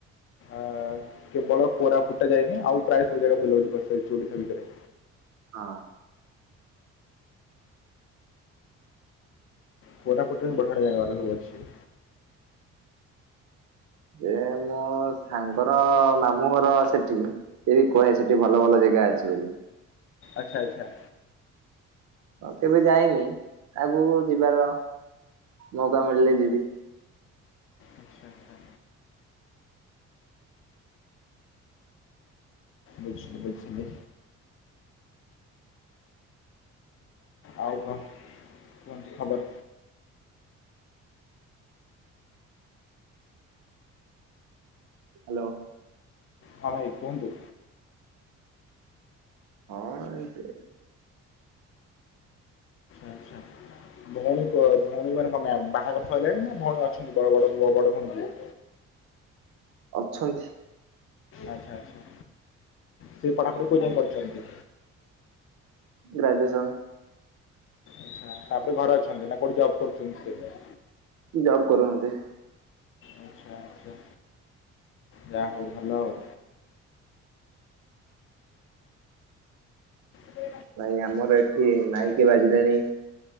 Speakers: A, on the left (about 45°); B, on the right (about 70°).
A: ଆ କେବଳ କୋରାପୁଟଟା ଯାଇନି ଆଉ ପ୍ରାୟ ସବୁ ଜାଗା ବୁଲାବୁଲି କରିସାରିଚି ଓଡିଶା ଭିତରେ।
B: ହଁ।
A: କୋରାପୁଟରେ ହିଁ ବଢିଆ ବଢିଆ ଜାଗାଉରା ସବୁ ଅଛି।
B: ଏ ମୋ ସାଙ୍ଗର ମାମୁଁଘର ସେଠି ସେ ହିଁ କହେ ସେଠି ଭଲ ଭଲ ଜେଗା ଅଛି ବୋଲି।
A: ଆଚ୍ଛା ଆଚ୍ଛା।
B: ହଁ କେବେ ଯାଇନି ଆଗକୁ ଯିବାର ମୋଉକା ମିଳିଲେ ଯିବି।
A: ଆଚ୍ଛା ଆଚ୍ଛା। ବୁଝିଲି ବୁଝିଲି। ଆଉ କଣ କୁନନ୍ତୁ ଖବର?
B: ହାଲୋ।
A: ହଁ ଭାଇ କୁହନ୍ତୁ।
B: କଣ ହେଇଚି?
A: ଆଚ୍ଛା ଆଚ୍ଛା। ଭୋଉଣୀ ବ ଭୋଉଣୀ ମାନେ କଁ ତାଙ୍କ ବାହାଘର ସଇଲାଣି ନା ଭୋଉଣୀ ଅଛନ୍ତି ବଡ ବଡ ଝିଅ ବଡ ଭୋଉଣୀ ଯିଏ?
B: ଅଛନ୍ତି।
A: ଆଚ୍ଛା ଆଚ୍ଛା ସେ ପଠାପଢ଼ି କେଉ ଯାଏଁ କରୁଚନ୍ତି।
B: ଗ୍ରାଜୁଏସନ୍।
A: ଆଛା ତାପରେ ଘରେ ଅଛନ୍ତି ନା କୋଉଠି ଜବ୍ କରୁଚନ୍ତି ସିଏ?
B: ଜବ କରୁଛନ୍ତି।
A: ଆଚ୍ଛା ଆଚ୍ଛା ଯାହୋଉ ଭଲ ଆଉ। ସେ
B: ନାଇଁ ଆମର ଏଠି ମାଇକି ବାଜିଲାଣି